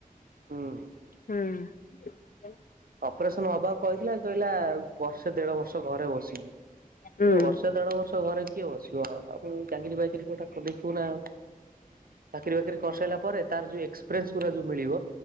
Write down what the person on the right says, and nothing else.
ହୁଁ ।
ଅପରେସନ ହବାକୁ କହିଥିଲା, କହିଲା ବର୍ଷେ ଦେଢ ବର୍ଷ ଘରେ ବସିବି ।
ବର୍ଷେ, ଦେଢ ବର୍ଷ ଘରେ କିଏ ବସିବ, ଆଉ ଚାକିରି ବାକିରି କଥା ଦେଖିବୁ ନା ଆଉ ଚାକିରି ବାକିରି କରିସାଇଲା ପରେ, ତାର ଯୋଉ ଏକ୍ସପିରିଏନ୍ସ ଗୁରା ଯଉ ମିଳିବ,